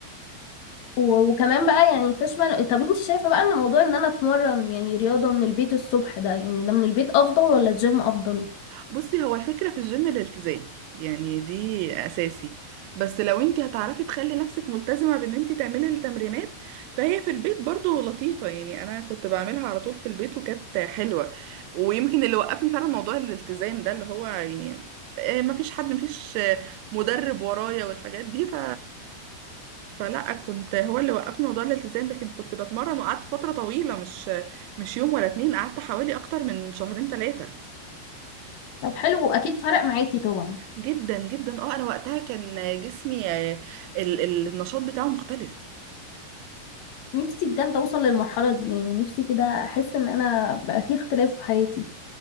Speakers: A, on the left (about 70°); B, on the right (about 85°).
A: و- وكمان بقى يعني تشمل طب انت شايفة بقى ان موضوع ان انا اتمرن يعني رياضة من البيت الصبح ده يعني ده من البيت افضل ولا الجيم افضل
B: بصي هو الفكرة في الجيم الالتزام يعني دي أساسي بس لو انت هتعرفي تخلي نفسك ملتزمة بان انت تعملي التمرينات فهي في البيت برضو لطيفة يعني انا كنت بعملها على طول في البيت وكانت حلوة ويمكن اللي وقفني فعلا موضوع الالتزام ده اللي هو يعني آه، مفيش حد مفيش آه، مدرب ورايا والحاجات دي ف فلا كنت هو اللي وقفني موضوع الالتزام لكن كنت بتمرن وقعدت فترة طويلة مش مش يوم ولا اتنين قعدت حوالي اكتر من شهرين تلاتة
A: طب حلو واكيد فرق معاكي طبعا
B: جدا جدا اه انا وقتها كان جسمي آه، ال- ال- النشاط بتاعه مختلف
A: نفسي بجد اوصل للمرحلة دي يعني نفسي كده احس ان انا بقى في اختلاف في حياتي